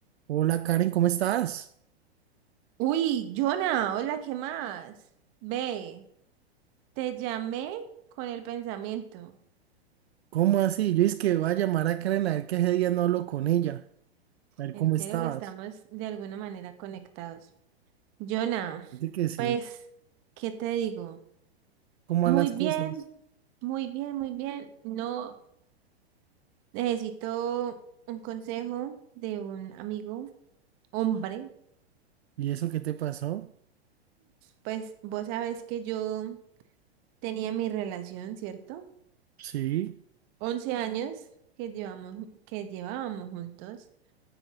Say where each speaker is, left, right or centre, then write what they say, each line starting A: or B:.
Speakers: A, on the right; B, on the right.
A: Hola Karen, ¿cómo estás?
B: Uy, Jonah, hola, ¿qué más? Ve, te llamé con el pensamiento.
A: ¿Cómo así? Yo es que voy a llamar a Karen a ver que ese día no hablo con ella, a ver
B: En
A: cómo
B: serio
A: estabas.
B: que estamos de alguna manera conectados. Jonah,
A: Dice que sí,
B: pues, ¿qué te digo?
A: ¿cómo van
B: Muy
A: las
B: bien,
A: cosas?
B: muy bien, muy bien. No necesito un consejo de un amigo, hombre.
A: ¿Y eso qué te pasó?
B: Pues vos sabes que yo tenía mi relación, ¿cierto?
A: Sí,
B: 11 años que llevamos, que llevábamos juntos.